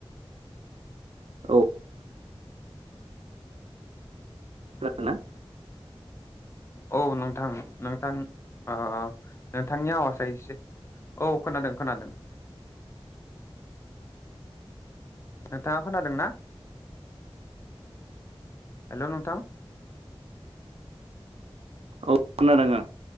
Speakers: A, on the right; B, on the left.
A: औ। खोनादोंना?
B: औ नोंथां नोंथां ओ नोंथांनि आवाजआ एसे औ खोनादों खोनादों। नोंथाङा खोनादों ना? हेलौ नोंथां।
A: औ खोनादों आं